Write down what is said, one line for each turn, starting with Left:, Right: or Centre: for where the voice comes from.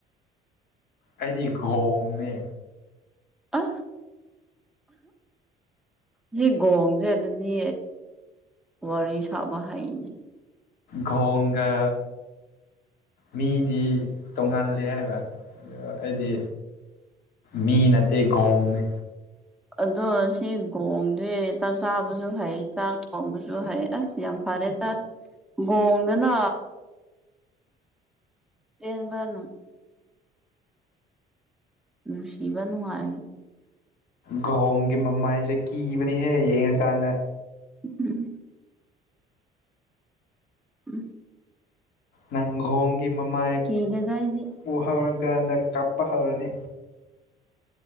Left: ꯑꯩꯗꯤ ꯒꯣꯡꯅꯦ꯫
Centre: ꯑ ꯁꯤ ꯒꯣꯡꯁꯦ ꯑꯗꯨꯗꯤ, ꯋꯥꯔꯤ ꯁꯕ ꯍꯥꯏꯅꯤ꯫
Left: ꯒꯣꯡꯒ ꯃꯤꯗꯤ, ꯇꯣꯡꯉꯥꯜꯂꯦ ꯍꯥꯏꯕ ꯑꯗꯨ ꯑꯩꯗꯤ ꯃꯤ ꯅꯠꯇꯦ ꯒꯣꯡꯅꯦ꯫
Centre: ꯑꯗꯣ ꯑꯁꯤ ꯒꯣꯡꯗꯤ ꯆꯥꯛ ꯆꯥꯕꯁꯨ ꯍꯩ ꯆꯥꯛ ꯊꯣꯡꯕꯁꯨ ꯍꯩ꯫ ꯑꯁ ꯌꯥꯝ ꯐꯔꯦꯗ ꯒꯣꯡꯗꯅ, ꯆꯦꯟꯕ ꯅꯨꯡ ꯅꯨꯡꯁꯤꯕ ꯅꯨꯡꯉꯥꯏ꯫
Left: ꯒꯣꯡꯒꯤ ꯃꯃꯥꯏꯁꯦ ꯀꯤꯕꯅꯤꯍꯦ ꯌꯦꯡꯉꯀꯥꯟꯗ꯫
Centre: ꯎꯝ ꯎꯝ
Left: ꯅꯪꯒꯣꯡꯒꯤ ꯃꯃꯥꯏ
Centre: ꯀꯤꯗꯦꯗ ꯑꯩꯗꯤ
Left: ꯎ ꯍꯧꯔꯀꯥꯟꯗ ꯀꯥꯞꯄ ꯍꯧꯔꯅꯤ꯫